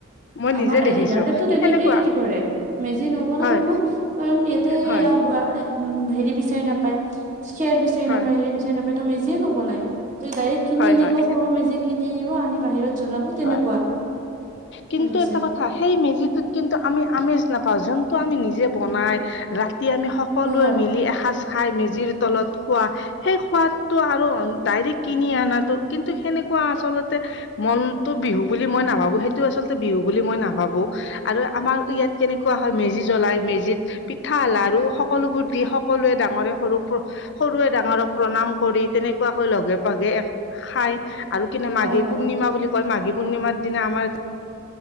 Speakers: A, on the left; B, on the right.
A: মই
B: আমাৰ
A: নিজে দেখিছো
B: ইয়াতেতো তেনেকেই
A: সেনেকুৱা
B: হেৰি কৰে, মেজি নবনাই
A: হয়
B: নহয়। কাৰণ ইয়াতে
A: হয়
B: ইয়া বা হেৰি বিচাৰি নাপায়, খেৰ বিচাৰি
A: হয়
B: নাপায়, হেৰি বিচাৰি নাপায় ত' মেজিয়ে নবনায়, ত' ডাইৰেক্ট কিনি
A: হয়
B: আনিব,
A: হয়
B: সৰু মেজি কিনি আনিব, আনি বাহিৰত জলাব তেনেকুৱা।
A: হয় কিন্তু
B: <unintelligible>
A: এটা কথা সেই মেজিটোত কিন্তু আমি আমেজ নাপাওঁ, যোনটো আমি নিজে বনাই ৰাত তি আমি সকলোৱে
B: হয়
A: মিলি এসাঁজ খাই মেজিৰ তলত খোৱা, সেই খোৱাদটো আৰু ডাইৰেক্ট কিনি আনাটো কিন্তু সেনেকুৱা আচলতে মন টো বিহু বুলি মই নাভাবোঁ, সেইটো আচলতে বিহু বুলি মই নাভাবোঁ। আৰু আমাৰ ইয়াত কেনেকুৱা হয় মেজি জ্বলাই, মেজিত পিঠা, লাৰু সকলোবোৰ দি সকলোৱে ডাঙৰে সৰু সৰুৱে ডাঙৰক প্ৰণাম কৰি তেনেকুৱাকৈ লগে ভাগে খাই আৰু কিনে মাঘীৰ
B: হয় হয় হয়
A: পূৰ্ণিমা বুলি কয়, মাঘী পূৰ্ণিমাৰ দিনা আমাৰ